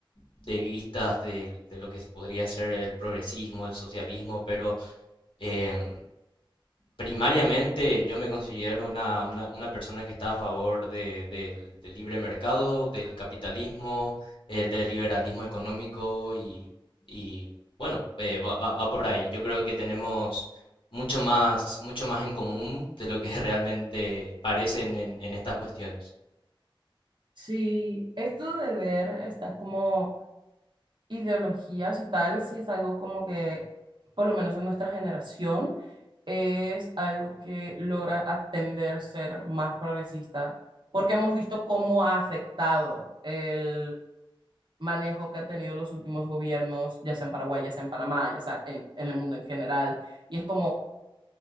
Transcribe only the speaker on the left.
de vistas del- de, lo que podría ser el progresismo, el socialismo, pero em, Primariamente yo me considero una, una- una persona que está a favor de- del del libre mercado, del capitalismo, eh, del liberalismo económico y, y, bueno, eh, va, va- va por ahí. Yo creo que tenemos mucho más, mucho más en común de lo que <laughs> realmente parece en en- en estas cuestiones.